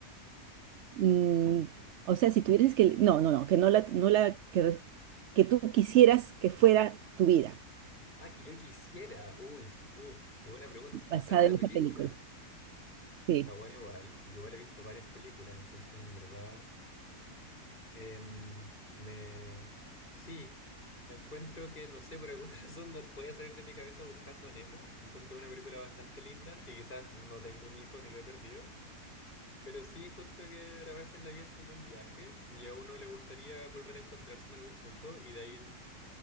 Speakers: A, on the right; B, on the left.
A: Mm, o sea, si tuvieras que... No, no, no, que no la, no la, que, res- que tú quisieras que fuera tu vida,
B: Ah, que yo quisiera. Uy, uf, qué buena pregunta. Es que
A: basada
B: hay tanta
A: en
B: película.
A: esa película.
B: Está
A: Sí.
B: bueno igual. Yo igual he visto varias películas, entonces en verdad... Em, me... Sí, encuentro que, no sé, por alguna <laughs> razón no puede salir de mi cabeza buscando a Nemo. Encuentro una película bastante linda, que quizás no tengo un hijo ni lo he perdido, pero sí encuentro que a veces la vida es como un viaje y a uno le gustaría volver a encontrarse en algún punto y de ahí en,